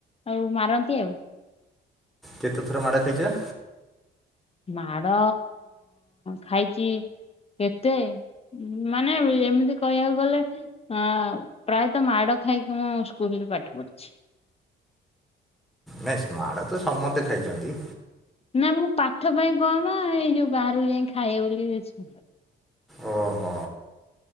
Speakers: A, on the left; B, in the centre.
A: ଆଉ ମାରନ୍ତି ଆଉ।
B: କେତେଥର ମାଡ଼ ଖାଇଛ?
A: ମାଡ଼ ଖାଇଚି କେତେ ମାନେ ଏମିତି କହିବାକୁ ଗଲେ ଅଁ ପ୍ରାୟତଃ ମାଡ଼ ଖାଇକି ମୁଁ ସ୍କୁଲରେ ପାଠ ପଢିଛି।
B: ନାଇଁ ସ୍ମଢ଼ତ ସମସ୍ତେ ଖାଇଚନ୍ତି
A: ନା ମୁଁ ପାଠ ପାଇଁ କମା ଏଇ ଯୋଉ ବାହାରକୁ ଯାଇ ଖାଏ ବୋଲି ବେସି
B: ଓହୋ